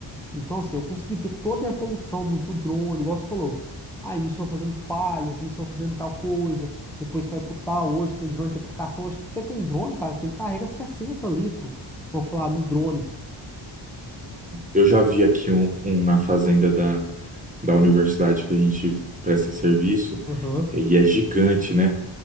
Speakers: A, in the centre; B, on the right (about 15°).
A: Então, assim, eu consegui ver toda a evolução do, do drone, igual você falou. Ah, iniciou fazendo falhas, iniciou fazendo tal coisa, depois foi pro tal. Hoje tem drone de aplicação. Hoje você tem drone, cara, que ele carrega 60 litros, vamos falar, no drone.
B: Eu já vi aqui um, um na fazenda da, da universidade que a gente presta serviço,
A: Aham.
B: e é gigante, né?